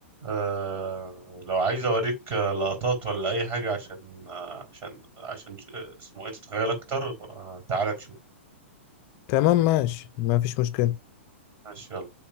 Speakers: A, on the right (about 30°); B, on the left (about 40°).
A: آه... لو عايز اوريك لقطات ولا اي حاجه عشان عشان عشان آه، اسمه ايه تتخيل اكتر آه... تعال نشوف
B: تمام ماشي ما فيش مشكلة
A: ماشي يلا